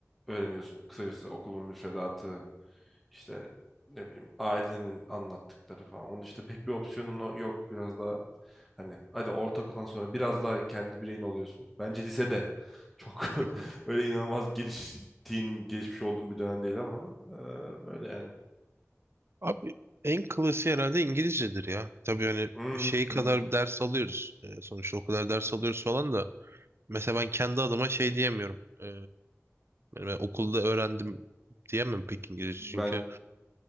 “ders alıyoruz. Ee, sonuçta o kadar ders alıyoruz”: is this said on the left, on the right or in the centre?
Right